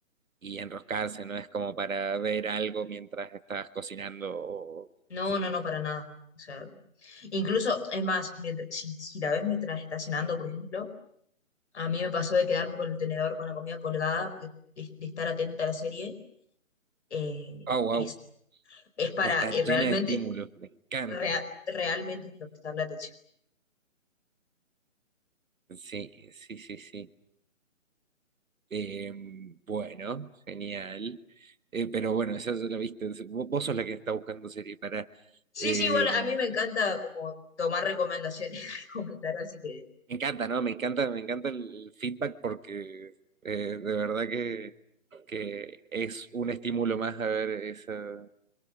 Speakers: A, on the right; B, on the left.
A: y enroscarse, no es como para ver algo mientras estás cocinando o,
B: No,
A: no sé.
B: no, no, para nada. O sea, incluso, es más, mientras, si, si la ves mientras estás cenando, por ejemplo, A mí me pasó de quedarme con el tenedor con la comida colgada, porque de, de estar atenta a la serie, eh,
A: Oh, wow.
B: es, es para
A: Está
B: eh,
A: llena
B: realmente,
A: de estímulos, me encanta.
B: rea- realmente es para prestarle atención.
A: Sí, sí, sí, sí. Eh, bueno, genial. Eh, pero bueno, eso ya lo viste. Vos, vos sos la que está buscando serie para...
B: Sí,
A: eh,
B: sí, igual a
A: me
B: mí me encanta como tomar recomendaciones, <laughs> comentar así que,
A: encanta, ¿no? Me encanta, me encanta el, el feedback porque eh, de verdad que, que es un estímulo más a ver esa,